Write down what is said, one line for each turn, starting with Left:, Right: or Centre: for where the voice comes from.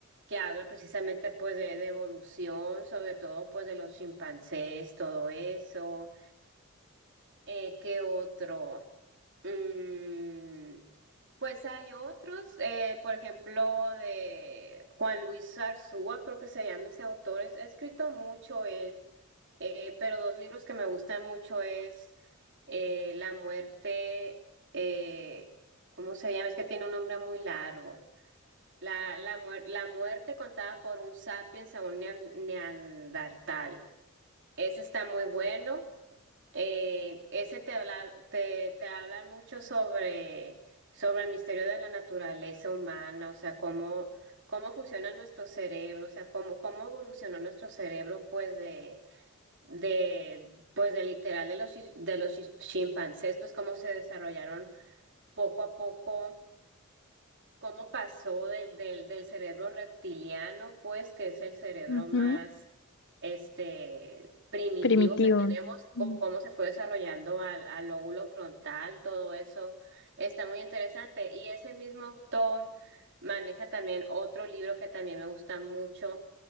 Right: que habla precisamente pues de, de evolución, sobre todo pues de los chimpancés, todo eso. Eh, ¿qué otro? Mm, pues hay otros, eh, por ejemplo, de Juan Luis Zarzúa, creo que se llama ese autor. Es, ha escrito mucho él, eh, pero dos libros que me gustan mucho es eh, La muerte, eh, ¿cómo se llama? Es que tiene un nombre muy largo. La, la, muer- la muerte contada por un sapiens a un nean- neandertal. Ese está muy bueno. Eh, ese te habla, te, te hablan mucho sobre, sobre el misterio de la naturaleza humana, o sea, cómo, cómo funciona nuestro cerebro, o sea, cómo, cómo evolucionó nuestro cerebro, pues, de, de, pues, de literal de los, chi- de los chi- chimpancés, pues, cómo se desarrollaron poco a poco cómo pasó del, del, del cerebro reptiliano, pues, que es el cerebro
Left: Ujú.
Right: más este, primitivo
Left: primitivo.
Right: que tenemos,
Left: Mm.
Right: o cómo se fue desarrollando al, al lóbulo frontal, todo eso está muy interesante. Y ese mismo autor maneja también otro libro que también me gusta mucho.